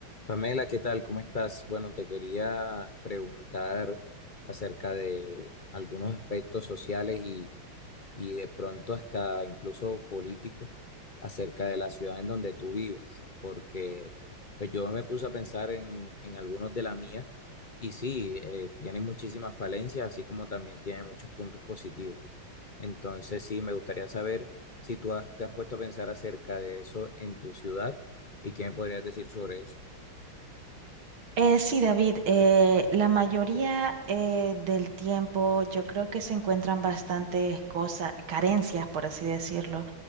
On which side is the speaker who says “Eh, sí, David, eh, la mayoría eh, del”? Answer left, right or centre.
Right